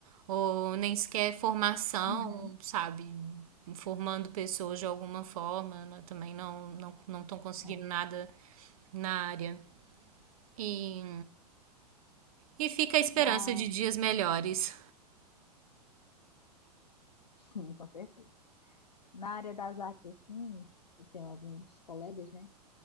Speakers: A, on the right (about 60°); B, on the left (about 85°).
A: ou nem sequer formação,
B: Uhum.
A: sabe? Formando pessoas de alguma forma, né, também não não não estão conseguindo
B: É.
A: nada na área. E E fica a esperança
B: Na...
A: de dias melhores.
B: Sim, com certeza. Na área das artes, assim, eu tenho alguns colegas, né?